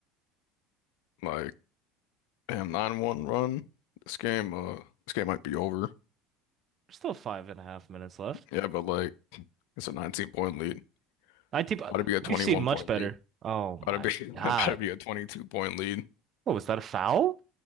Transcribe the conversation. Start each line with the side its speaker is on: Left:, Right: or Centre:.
Left: Like, damn, 9-1 run. This game, uh, this game might be over.
Right: There's still five and a half minutes left.
Left: Yeah, but like, it's a 19 point lead.
Right: 19, bu-
Left: About to be a
Right: we've
Left: 21
Right: seen much
Left: point
Right: better.
Left: lead.
Right: Oh my
Left: About to
Right: God.
Left: be, <laughs> about to be a 22 point lead.
Right: What was that a foul?